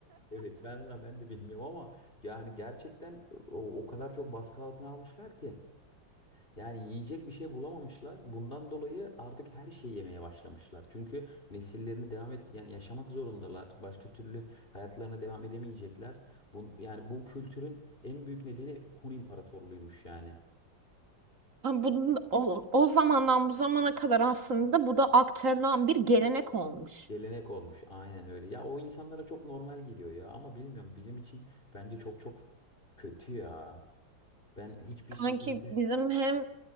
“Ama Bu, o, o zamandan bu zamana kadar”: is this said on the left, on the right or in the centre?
Right